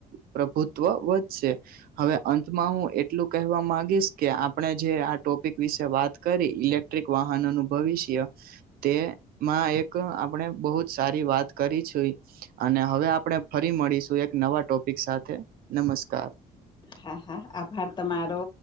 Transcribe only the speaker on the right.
પ્રભુત્વ વધશે હવે અંતમાં હું એટલું કહેવા માંગીશ કે આપણે જે આ ટોપિક વિશે વાત કરી ઇલેક્ટ્રિક વાહનોનું ભવિષ્ય તેમાં એક આપણે બહુ જ સારી વાત કરી છે અને હવે આપણે ફરી મળીશું એક નવા ટોપિક સાથે નમસ્કાર